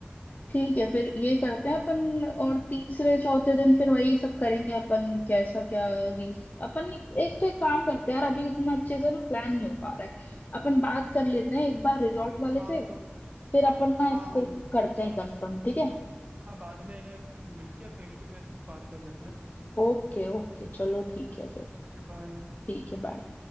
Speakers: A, on the left; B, on the right.
A: ठीक है फिर ये करते हैं अपन और तीसरे चौथे दिन फिर वही सब करेंगे अपन कैसा क्या रीफ अपन एक, एक तो एक काम करते हैं यार अभी उतना अच्छे से ना प्लान नहीं हो पा रहा है अपन बात कर लेते हैं एक बार रिजॉर्ट वाले
B: हाँ
A: से
B: मतलब
A: फिर अपन ना
B: हाँ
A: इसको
B: वही
A: करते हैं कंफर्म ठीक है
B: हाँ बाद में है ना मिलके फेस टू फेस बात कर लेते हैं ना
A: ओके ओके चलो ठीक है फिर
B: Okay bye
A: ठीक है बाय